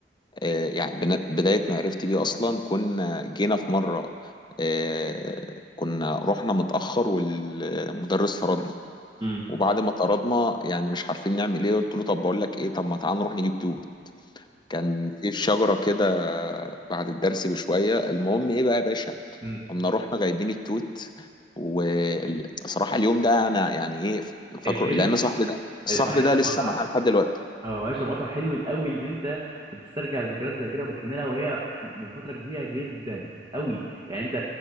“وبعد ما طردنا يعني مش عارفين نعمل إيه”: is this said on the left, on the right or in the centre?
Left